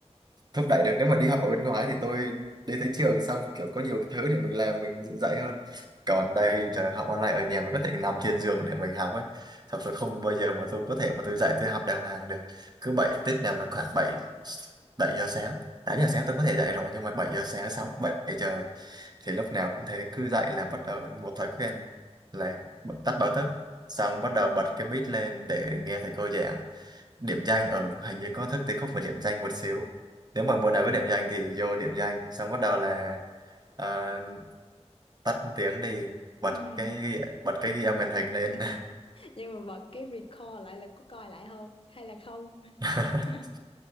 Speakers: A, on the right; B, on the left.
A: thúc đẩy được nếu mà đi học ở bên ngoài thì tôi đi tới trường xong kiểu có nhiều thứ để mình làm mình dạy dạy hơn còn đây trời học online ở nhà mình có thể nằm trên giường để mình học ấy thật sự không bao giờ mà tôi có thể mà tôi dạy tôi học đàng hoàng được cứ bảy Tết nào mà khoảng bảy bảy giờ sáng 8 giờ sáng tôi có thể dạy rồi nhưng mà bảy giờ sáng 6 7 giờ thì lúc nào cũng thế cứ dậy là bắt đầu một thói quen là bật- tắt báo thức xong bắt đầu bật cái mic lên để nghe thầy cô giảng điểm danh ở hình như có thức tí khúc mà điểm danh một xíu nếu mà mùa nào có điểm danh thì vô điểm danh xong bắt đầu là ờ, tắt tiếng đi bật
B: Ừm.
A: cái ghi- bật cái
B: <laughs>
A: ghi âm màn hình lên
B: nhưng mà bật cái record lại là có coi lại không hay là không
A: <laughs>
B: <laughs>